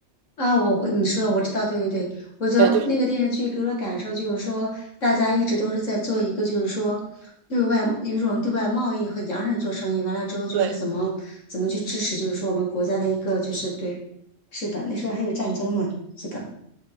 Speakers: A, on the left (about 65°); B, on the right (about 80°).
A: 啊，我会你说的我知道，对对对，我觉得那个电视剧给我的感受就是说，
B: 对，就是
A: 大家一直都是在做一个，就是说对外有一种对外贸易和洋人做生意，完了之后就是怎么怎么去支持，
B: 对。
A: 就是说我们国家的一个就是对，是的，那时候还有战争呢，是的，